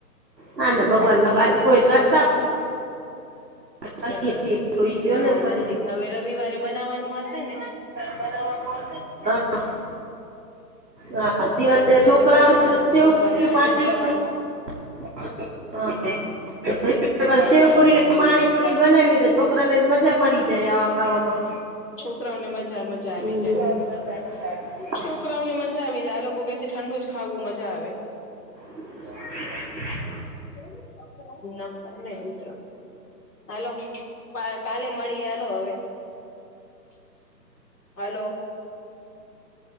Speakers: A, on the right (about 75°); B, on the left (about 70°).
A: ના ના ભગવાનમાં પાછું કોઈ કરતા કરીએ
B: ઓય
A: છીએ એટલું ઈ કયો
B: ના
A: ને વરી
B: નથી હવે રવિવારે બનાવાનું હશે ને
A: બનાવાનું હશે <unintelligible> હા હા હા <unintelligible> વાત
B: રવિવારે
A: છે છોકરાઓને
B: બનાવાનું
A: <unintelligible>
B: સોમવારે ઠંડો ખાવાનો
A: <unintelligible> સેવ કુડીને પાણી પુડી બનાવી દે છોકરાને જ મજા જાય આવા ખાવામાં.
B: છોકરાઓને મજા મ જા આવી
A: હમ.
B: જાય. છોકરાઓને મજા આવી જાય આ લોકો કે છે ઠંડુ જ ખાવું મજા આવે. <inaudible>
A: <unintelligible>
B: <unintelligible> ન કરી ને રુદ્ર. હલો કા કાલે મળીએ હલો અવે. <unintelligible> hello